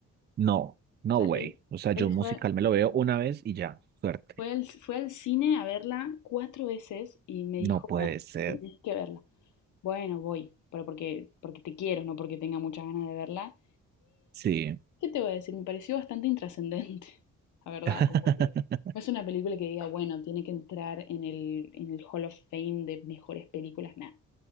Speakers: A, on the right; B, on the left.
A: No, no
B: O sea,
A: way.
B: él,
A: O sea, yo
B: él
A: un musical
B: fue,
A: me lo veo una vez y ya, suerte.
B: fue al, fue al cine a verla cuatro veces y me dijo,
A: No puede
B: bueno,
A: ser.
B: tenés que verla. Bueno, voy, pero porque, porque te quiero, no porque tenga muchas ganas de verla.
A: Sí.
B: ¿Qué te voy a decir? Me pareció bastante intrascendente, <laughs> la verdad,
A: <laughs>
B: como que no es una película que diga, bueno, tiene que entrar en el, en el Hall of Fame de mejores películas, nada,